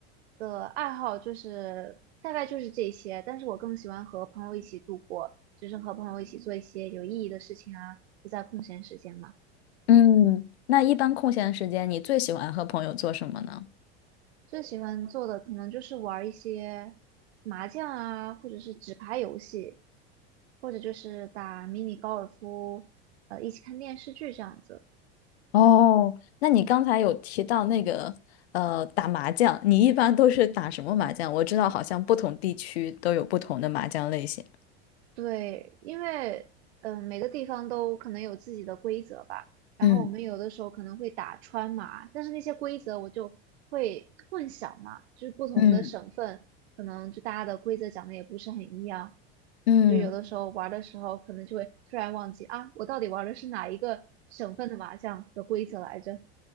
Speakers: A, on the right (about 85°); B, on the left (about 80°).
A: 的爱好就是大概就是这些，但是我更喜欢和朋友一起度过，就是和朋友一起做一些有意义的事情啊，就在空闲时间嘛。
B: 嗯，那一般空闲时间，你最喜欢和朋友做什么呢？
A: 最喜欢做的可能就是玩儿一些麻将啊，或者是纸牌游戏，或者就是打迷你高尔夫，呃，一起看电视剧这样子。
B: 哦，那你刚才有提到那个呃打麻将，你一般都是打什么麻将？我知道好像不同地区都有不同的麻将类型。
A: 对，因为嗯、呃每个地方都可能有自己的规则吧。然后我们有的时候可能会打川麻，
B: 嗯
A: 但是那些规则我就会混淆嘛，就是不同的省份可能就大家的规则讲的也不是很一样，
B: 嗯嗯，
A: 就有的时候玩儿的时候可能就会突然忘记啊，我到底玩儿的是哪一个省份的麻将的规则来着？